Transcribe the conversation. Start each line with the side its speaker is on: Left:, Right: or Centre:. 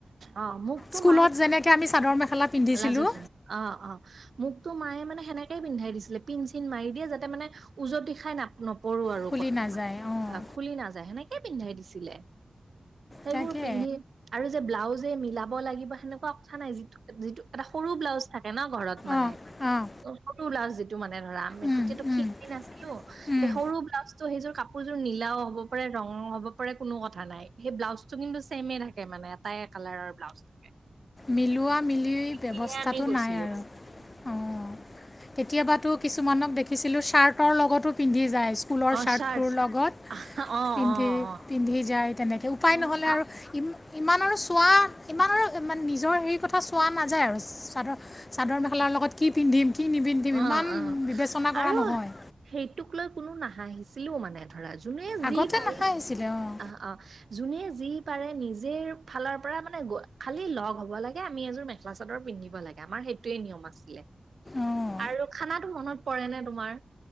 Right: অ মোক তো
Left: স্কুলত
Right: মায়ে।
Left: যেনেকৈ আমি চাদৰ মেখেলা পিন্ধিছিলোঁ
Right: লাজত অহ অহ মোক তো মায়ে সেনেকে পিন্ধাই দিছিলে পিন চিন মাৰি দিয়ে যাতে মানে ওজতি খাই নাপ ন। পোৰো আৰু
Left: খুলি
Right: প
Left: নাযায় অঁ
Right: আহ খুলি নাযায় সেনেকে পিন্ধাই দিছিলে। সেইবোৰ
Left: তাকে
Right: পিন্ধি আৰু যে ব্লাউজে মিলাব লাগিব সেনেকুৱা কথা নাই যিটো। যিটো এটা সৰু ব্লাউজ থাকে ন ঘৰত মানে।
Left: অঁ অঁ
Right: অ সৰু ব্লাউজ যিটো মানে ধৰা আমি
Left: উম,
Right: তেতিয়াাতো
Left: উম,
Right: খিনি নাছিলো
Left: উম।
Right: তে সৰু ব্লাউজ টো সেইযোৰ কাপোৰ। কাপোৰযোৰ নীলাও হ'ব পাৰে ৰঙও হব পাৰে কোনো কথা নাই সেই ব্লাউজ টো কিন্তু চছেমে থাকে মানে তাই। কালাৰৰ ব্লাউজ থাকে।
Left: মিলোৱা মিলি
Right: কিনিহে
Left: ব্যৱস্থাটো
Right: আমি গৈছিলো
Left: নাই আৰু অ কেতিয়াবা। তো কিছুমানক দেখিছিলোঁ চাৰ্টৰ লগতো পিন্ধি যায় স্কুলৰ
Right: অ
Left: চাৰ্টটোৰ
Right: চাৰ্ট
Left: লগত।
Right: অ
Left: পিন্ধি
Right: অ অ
Left: পিন্ধি যায় তেনেকে উপায়
Right: অ
Left: নহলে
Right: আম-
Left: আৰু ইমান। ইমান আৰু চোৱা ইমান আৰু মানে নিজৰ হেৰি কথা চোৱা নাযায় আৰু চাদৰ চাদৰ মেখেলাৰ লগত কি পিন্ধিম। কি নিপিন্ধিম
Right: অহ
Left: ইমান
Right: অহ
Left: বিবেচনা কৰা
Right: আৰু
Left: নহয়
Right: সেইটোক লৈ কোনো নাহাঁহিছিলো মানে। ধৰা যোনে
Left: আগতে
Right: যি পাৰিছিল
Left: নাখাই আহিছিলে অঁ
Right: অহ অহ যোনে যি। পাৰে নিজে ফালৰ পৰা মানে খালি লগ হব লাগে আমি এযোৰ মেখেলা চাদৰ পিন্ধিব লাগে আমাৰ সেইটোৱে নিয়ম আছিলে
Left: অঁ
Right: আৰু খানা মনত পৰে নে তোমাৰ